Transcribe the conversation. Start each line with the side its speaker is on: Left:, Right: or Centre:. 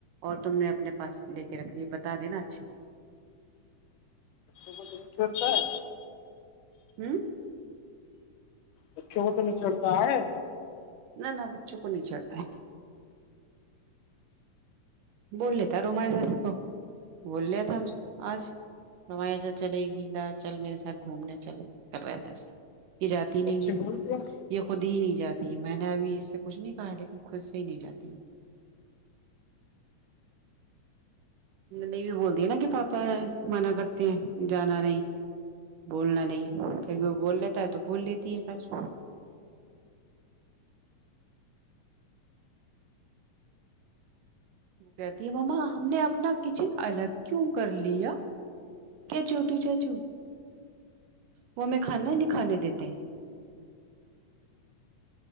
Right: اور تم نے اپنے پاس لے کے رکھ لیے بتا دینا اچھے سے
Left: بچوں کو چھوڑتا ہے
Right: ہوں
Left: بچوں کو تو نہیں چھوڑتا ہے
Right: نہ نہ بچوں کو نہیں چڑھتا ہے بول لیتا ہیں رومائس سے تو بول لیا تھا آج رومیسا چلے گی لا چل میرے ساتھ گھومنے چل کر رہا تھا اج یہ جاتی
Left: بچے
Right: نہیں ہے
Left: بولتے ہیں
Right: یہ خود ہی نہیں جاتی میں نے ابھی اس سے کچھ نہیں کہا لیکن خود سے ہی نہیں جاتی نہیں بھی بول دیا ہے نہ کہ پاپا منع کرتے ہیں جانا نہیں بولنا نہیں پھر بھی وہ بول لیتا ہے تو بول لیتی ہے پھر وہ کہتی ہے مما ہم نے اپنا کچن الگ کیوں کر لیا کیا چوٹو چاچو وہ ہمیں کھانا ہی نہیں کھانے دیتے